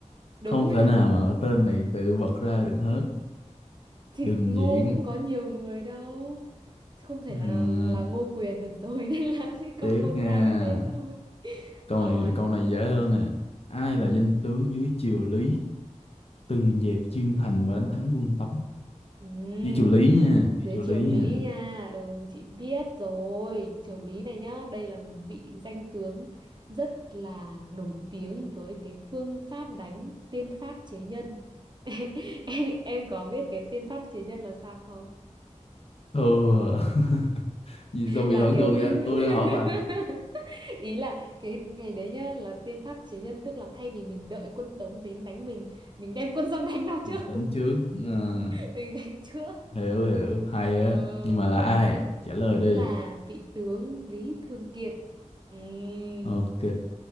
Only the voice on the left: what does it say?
Không
thể
nào mà ở tên này tự bật ra được hết.
Đừng
diễn.
Ừm,
tiếp
nha.
Câu
này câu này dễ hơn nè. Ai
là danh tướng dưới triều Lý? từng dẹp Chiêm Thành và đánh thắng quân Tống
với triều Lý nha với
triều
Lý
nha
thưa <laughs> vì sao bị
hỏi
ngược
vậy tôi đang hỏi bà
bình
tĩnh trước Ờ,
hiểu hiểu hay
á nhưng mà là
ai
trả lời
đi
ok